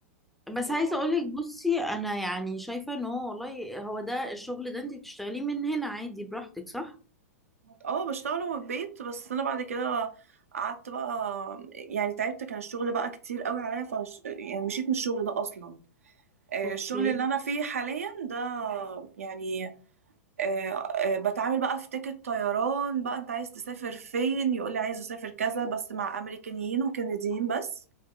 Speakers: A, in the centre; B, on the right.
A: بس
B: بجد
A: عايزة اقولك بصي انا يعني شايفة ان هو والله هو ده الشغل ده انت بتشتغليه من هنا عادي براحتك صح؟
B: اه بشتغل من البيت بس انا بعد كده قعدت بقى يعني تعبت كان الشغل بقى كتير قوي عليا فش يعني مشيت من الشغل ده اصلا آه،
A: اوكي
B: الشغل اللي انا فيه حاليا ده يعني آه، آه، بتعامل بقى في تيكت طيران بقى انت عايز تسافر فين يقول لي عايز اسافر كذا بس مع امريكانيين وكنديين بس